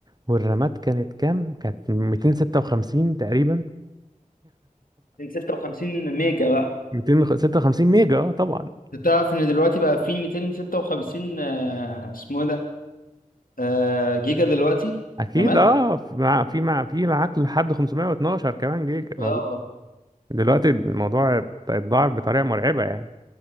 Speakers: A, on the right (about 30°); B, on the left (about 90°).
A: والرامات كانت كام كانت 256 تقريبا
B: 256 ميجا بقى
A: 256 ميجا اه طبعا
B: انت تعرف ان دلوقتي بقى في 256 آه، اسمه ايه ده آه، جيجا دلوقتي
A: اكيد
B: رامات
A: اه في مع في مع في معاك لحد 512 كمان جيجا موجود
B: اه
A: دلوقتي الموضوع اتضاعف بطريقه مرعبه يعني